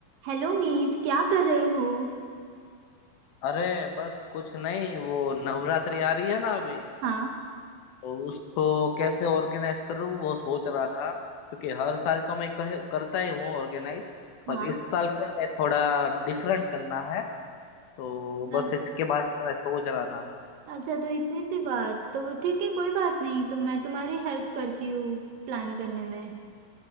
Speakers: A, on the right; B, on the left.
A: हेलो मीत क्या कर रहे हो
B: अरे बस कुछ नहीं वो नवरात्रि आ रही है ना अभी
A: हाँ
B: और उसको कैसे ऑर्गेनाइज करूँ वो सोच रहा था क्योंकि हर साल तो मैं कह, करता ही हूँ ऑर्गेनाइज
A: हाँ
B: पर इस साल को मैं थोड़ा डिफरेंट करना है तो
A: अच्छा
B: बस इसके बारे में मैं सोच रहा था
A: अच्छा तो इतनी सी बात तो ठीक है कोई बात नहीं तो मैं तुम्हारी हेल्प करती हूँ प्लान करने में